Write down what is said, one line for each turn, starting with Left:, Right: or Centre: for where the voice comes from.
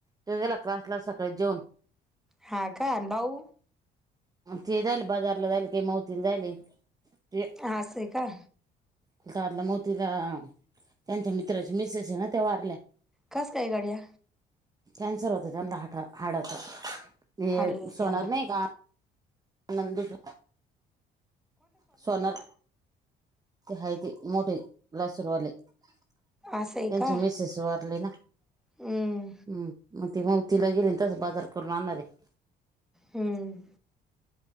Right: तो गेला क्लासला सकाळी जेऊन.
Centre: हां का आणं भाऊ?
Right: ते झाले बाजारला जायल, काही मावतीला जायलंय ते.
Centre: असंय का.
Right: <unintelligible> मोतीराम त्यांच्या मित्राची मिसेस हे ना त्या वारल्या.
Centre: कसं काय गड्या?
Right: कॅन्सर होत त्यांनला हा, हाडाच, हे
Centre: अरे
Right: सोनर
Centre: देवा
Right: नाही का नंदूच सोनार, हाय ती, मोठे लासूरवाले त्यांची
Centre: असं आहे का
Right: मिसेस वारली ना.
Centre: हम्म
Right: हम्म, म ते मवतीला गेले अन तसं बाजार करून आणणार हेय
Centre: हम्म.